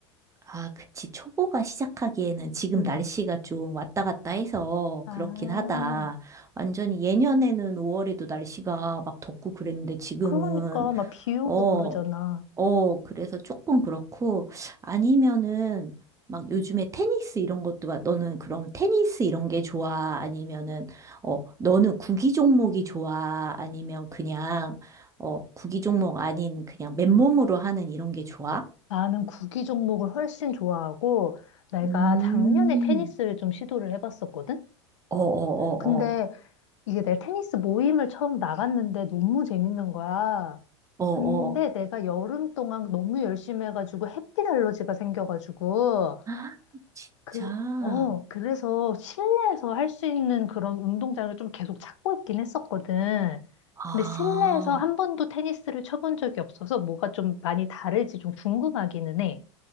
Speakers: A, on the right (about 20°); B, on the left (about 70°).
A: 아, 그치. 초보가 시작하기에는 지금
B: 음.
A: 날씨가 좀 왔다 갔다 해서
B: 아,
A: 그렇긴 하다. 완전히 예년에는 5월에도 날씨가 막 덥고 그랬는데 지금은,
B: 그러니까 막 비 오고
A: 어,
B: 그러잖아.
A: 어, 그래서 조금 그렇고, 아니면은, 막 요즘에 테니스 이런 것도, 막 너는 그럼 테니스 이런 게 좋아? 아니면은, 어, 너는 구기 종목이 좋아? 아니면 그냥, 어, 구기 종목 아닌 그냥 맨몸으로 하는 이런 게 좋아?
B: 나는 구기 종목을 훨씬 좋아하고, 내가
A: 음.
B: 작년에 테니스를 좀 시도를 해봤었거든?
A: 어어어어,
B: 근데 이게 내 테니스 모임을 처음 나갔는데 너무 재밌는 거야.
A: 어어.
B: 근데 내가 여름 동안 너무 열심히 해가지고 햇빛 알러지가 생겨가지고,
A: 아, 진짜?
B: 그, 어, 그래서 실내에서 할 수 있는 그런 운동장을 좀 계속 찾고 있긴 했었거든.
A: 아,
B: 근데 실내에서 한 번도 테니스를 쳐본 적이 없어서 뭐가 좀 많이 다를지 좀 궁금하기는 해.